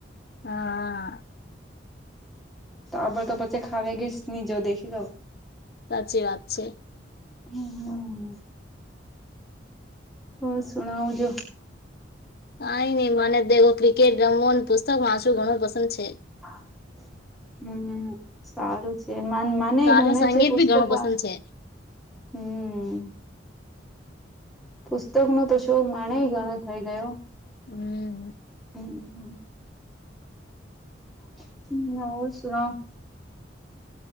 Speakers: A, on the left; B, in the centre.
A: હા
B: તો આબર તો પછી ખાવ ગીશ નહી જો દેખી દઉં
A: સાચી વાત છે.
B: હમ બ શણવ છો.
A: કઈ નઈ મને દેખો ક્રિકેટ રમો પુસ્તક વાંચવું ઘણું પસંદ છે.
B: હા. હમ સારું છે માને
A: સારું
B: ગમે
A: સંગીત
B: છે પુસ્તક
A: બી ઘણું
B: વા
A: પસંદ છે
B: હમ. પુસ્તક નો તો શો માણે ગણો થઈ ગયો
A: હમ.
B: હમ હમ. હ હો સુણો